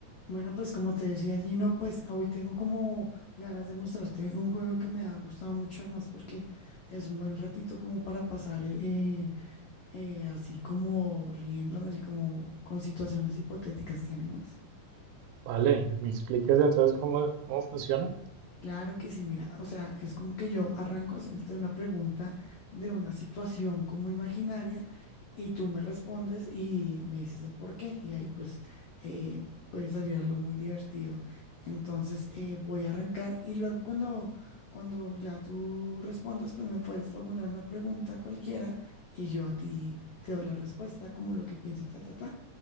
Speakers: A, on the left; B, on the right.
A: Bueno, pues como te decía Gino, pues hoy tengo como ganas de mostrarte un juego que me ha gustado mucho además porque es un buen ratito como para pasar eh, eh, así como riéndonos y como con situaciones hipotéticas, ¿te animas?
B: Vale, ¿me explicas entonces cómo, cómo funciona?
A: Claro que sí, mira, o sea, es como que yo arranco haciéndote una pregunta de una situación como imaginaria y tú me respondes y me dices el por qué y ahí pues eh, puede salir algo muy divertido. Entonces eh, voy a arrancar y luego cuando, cuando ya tú respondas pues me puedes formular una pregunta cualquiera y yo a ti te doy la respuesta como lo que piense, ta, ta, ta.